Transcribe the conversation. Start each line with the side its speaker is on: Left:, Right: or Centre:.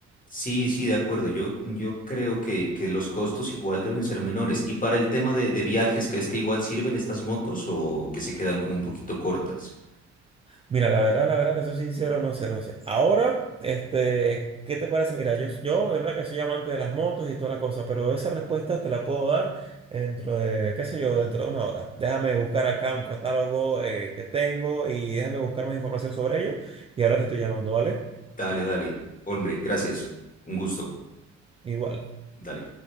Left: Sí, sí, de acuerdo. Yo, yo creo que, que los costos igual deben ser menores. Y para el tema de, de viajes, ¿crees que igual sirven estas motos o que se quedan como un poquito cortas?
Right: Mira, la verdad, la verdad, te soy sincero, no sé, no sé. Ahora, este, ¿qué te parece? Mira, yo, yo, verdad que soy amante de las motos y toda la cosa, pero esa respuesta te la puedo dar dentro de, qué sé yo, dentro de una hora. Déjame buscar acá un catálogo eh, que tengo y déjame buscar más información sobre ello y ahora te estoy llamando, ¿vale?
Left: Dale, dale. Hombre, gracias. Un gusto.
Right: Igual.
Left: Dale.